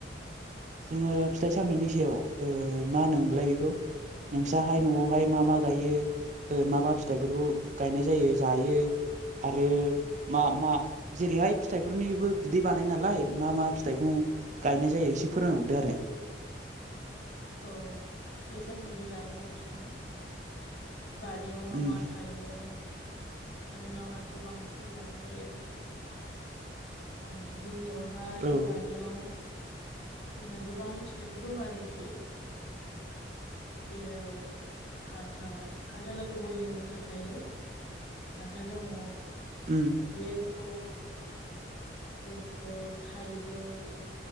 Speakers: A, on the right; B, on the left.
A: जोङो फिथाइ सामथाइनि सायाव मा होनोमोनलाय बेखौ नोंसाहाय न'आवहाय मा मा गायो मा मा फिथाइफोरखौ गायनाय जायो जायो आरो मा मा जेरैहाय फिथाइफोरनिबो बिदै बानाय नालाय मा मा फिथाइखौ गायनाय जायो एसे फोरोंहरदो आरो
B: औ फिथाइ सामथाइनि बारै आरोखि ना बारियाव मा
A: उम
B: मा थायो आरो मा माखौ बांसिन जानाय जायो अ जोंनियावहाय
A: औ
B: बारियाव जोंना गोबां फिथाइफोर दङ आरोखि जेरै खान्थाल खान्थालाथ' बयनियावबो थाखायो खान्थाल दङ
A: उम
B: लेरख' लेरख' थाइजौ